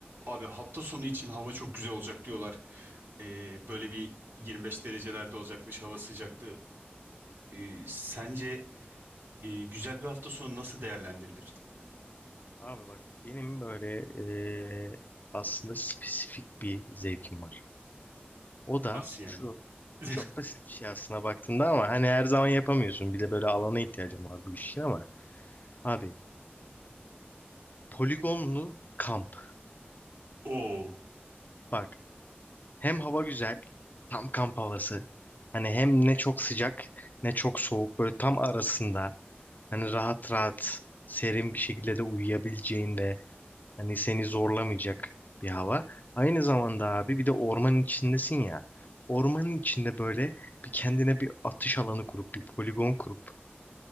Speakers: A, on the right (about 65°); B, on the left (about 45°).
A: Abi hafta sonu için hava çok güzel olacak diyorlar. Ee, böyle bir 25 derecelerde olacakmış hava sıcaklığı. Ee, sence e, güzel bir hafta sonu nasıl değerlendirilir?
B: Abi bak benim böyle eee, aslında spesifik bir zevkim var. O da
A: Nasıl yani?
B: şu
A: <laughs>
B: çok basit bir şey aslında baktığında ama hani her zaman yapamıyorsun. Bir de böyle alana ihtiyacım var bu iş için ama abi poligonlu kamp.
A: Oo.
B: Bak hem hava güzel tam kamp havası. Hani hem ne çok sıcak ne çok soğuk böyle tam arasında. Hani rahat rahat serin bir şekilde de uyuyabileceğin de Hani seni zorlamayacak bir hava. Aynı zamanda abi bir de ormanın içindesin ya. Ormanın içinde böyle bir kendine bir atış alanı kurup bir poligon kurup